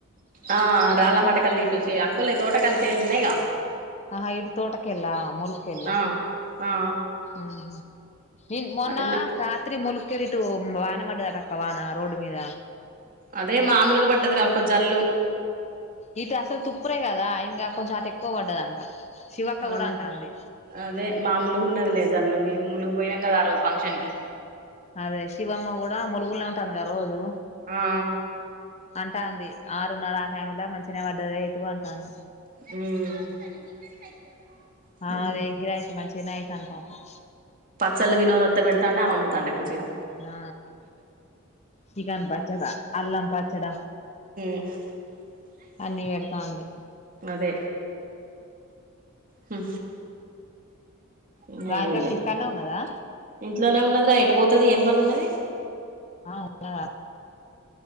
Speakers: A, on the right (about 40°); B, on the left (about 30°).
A: ఆ రాల మాట కల్లి ఇటు చే అక్కోలై తోటకాల చేలు ఉన్నాయిగా
B: ఆహా ఇడు తోటకెల్లా ములుకెల్లి
A: ఆ ఆ
B: ఆహా నిం మొన్న
A: అటున్న
B: రాత్రి ములుకు కెరిటు వాన పడ్డదక్క వానా రోడ్డు మీద
A: అదే మామూలుగా పడ్డది రా ఒక జల్లు
B: ఇటు అసలు తుప్పురే కదా ఇంకా కొంచెం అటు ఎక్కువ పడ్డదంట శివక్క
A: ఆ
B: కూడా అంటాంది
A: అదే మామూలుగా ఉన్నది లే జల్లు మీ ములుగు పోయినాం కదా ఆ రోజు ఫంక్షన్ కి
B: అదే శివమ్మ కూడా ములుగుల్నే ఉంటాంది కద రోజు
A: ఆ
B: అంటాంది ఆరున్నార ఆ టైంలా మంచినే వడ్డదే ఇటు అంటంది
A: ఉమ్
B: ఆ
A: ఉహు
B: అదేం గిరాకీ మంచిగానే అయితంది పాపం
A: చల్లు వినోదత్త పెడుతాండే ఆమే అమ్ముతాండే మంచిగా
B: ఆ చికెన్ పచ్చడా అల్లం పచ్చడ
A: <inaudible>
B: అన్నీ పెడుతంది
A: అది హ ఉన్న
B: రాధికక్క
A: ఏమీలే
B: ఇంటికాన్నే ఉన్నదా
A: ఇంట్లోనే ఉన్నది రా ఎటు పోతది ఏం పని ఉన్నది
B: ఆ ఉన్నదా